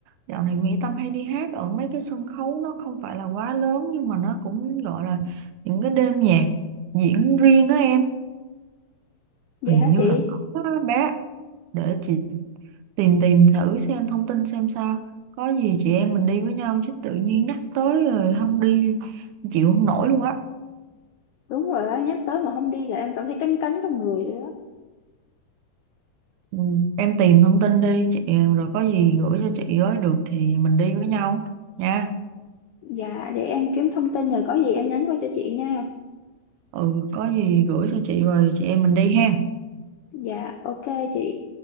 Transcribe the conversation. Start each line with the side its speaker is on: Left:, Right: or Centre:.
Right: dạo này Mỹ Tâm hay đi hát ở mấy cái sân khấu nó không phải là quá lớn nhưng mà nó cũng gọi là những cái đêm nhạc diễn riêng á em
Left: vậy
Right: hình
Left: hả
Right: như
Left: chị
Right: là có đó bé để chị tìm tìm thử xem thông tin xem sao có gì chị em mình đi với nhau chứ tự nhiên nhắc tới rồi không đi chịu không nổi luôn á
Left: đúng rồi đó nhắc tới mà không đi là em cảm thấy cánh cánh trong người rồi đó
Right: ừ, em tìm thông tin đi chị rồi có gì gửi cho chị ấy được thì mình đi với nhau nha
Left: dạ để em kiếm thông tin rồi có gì em nhắn qua cho chị nha
Right: ừ có gì gửi cho chị rồi chị em mình đi ha
Left: dạ ok chị